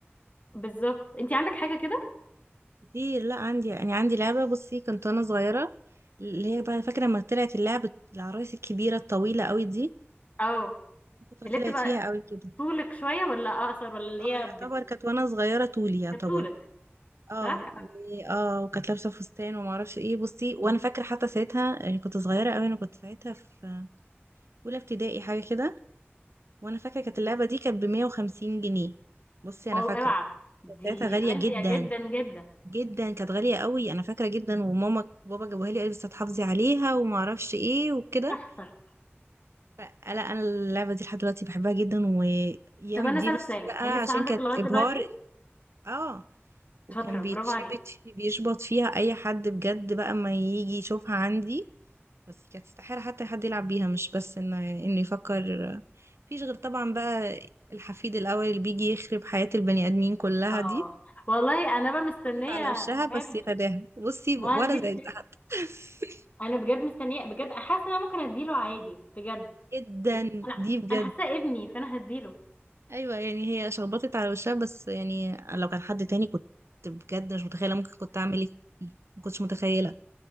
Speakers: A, on the left; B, on the right.
A: بالظبط انت عندك حاجه كده
B: كتير لا عندي يعني عندي لعبه بصي كنت وانا صغيره اللي هي بقى فاكره لما طلعت اللعبه العرايس الكبيره الطويله قوي دي
A: اه
B: في فتره
A: اللي
B: طلعت
A: بتبقى
B: فيها قوي كده
A: طولك شوية ولا أقصر ولا اللي
B: اه
A: هي
B: يعتبر
A: بت...
B: كانت وانا صغيره طولي يعتبر
A: كانت طولك
B: اه
A: صح؟
B: و- اه وكانت لابسه فستان وما اعرفش ايه بصي وانا فاكره حتى ساعتها يعني كنت صغيره قوي انا كنت ساعتها في اولى ابتدائي حاجه كده وانا فاكره كانت اللعبه دي كانت ب 150 جنيه بصي انا
A: أو- أوعى
B: فاكره
A: دي
B: كانت ساعتها غاليه
A: غالية
B: جدا
A: جدا جدا
B: جدا كانت غالية قوي انا فاكرة جدا وماما بابا جابوها لي قال لي بس هتحافظي عليها وما اعرفش ايه وكده
A: تحفة
B: فلا انا اللعبة دي لحد دلوقتي بحبها جدا ويام
A: طب أنا
B: دي
A: أسألك
B: بصي
A: سؤال
B: بقى
A: هي لسه
B: عشان
A: عندك
B: كانت
A: لغاية
B: ابهار
A: دلوقتي؟
B: اه وكان
A: شاطرة
B: بيتشبت
A: برافو عليك
B: بيشبط فيها اي حد بجد بقى ما يجي يشوفها عندي بس كانت استحالة حتى حد يلعب بيها مش بس ان انه يفكر فيش غير طبعا بقى الحفيد الاول اللي بيجي يخرب حياة البني ادمين كلها
A: اه
B: دي
A: والله أنا بقى مستنية
B: حطت على وشها
A: مهاب
B: بس يا فداها بصي
A: ما
B: ولا
A: دي الفكرة
B: زعلت حتى <laughs>
A: أنا بجد مستنية بجد حاسة إن أنا ممكن أديله عادي بجد
B: جدا
A: أنا
B: دي بجد
A: أنا حاساه ابني فأنا هديله
B: ايوه يعني هي شخبطت على وشها بس يعني لو كان حد تاني كنت بجد مش متخيله ممكن كنت اعمل ايه فيه. ما كنتش متخيله